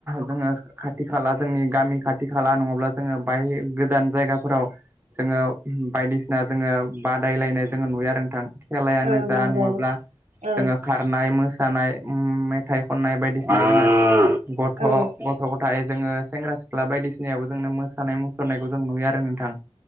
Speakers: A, on the right (about 20°); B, on the right (about 75°).
A: जोङो खाथि खाला जोंनि गामि खाथि खाला नङाब्ला जोङो बाय गोदान जायगाफोराव जोङो बायदिसिना जोङो बादायलायनाय जोङो नुयो आरो नोंथां खेलायानो
B: औ
A: जा
B: नंगौ
A: नङाब्ला
B: औ
A: जोङो खा रनाय मोसानाय मेथाइ खननाय बायदि <unintelligible> गथ'
B: औ
A: गथ' गथाय जोङो सेंग्रा सिख्ला बायदिसिनायाबो जोंनो मोसानाय मुसुरनायखौ जों नुयो आरो नोंथां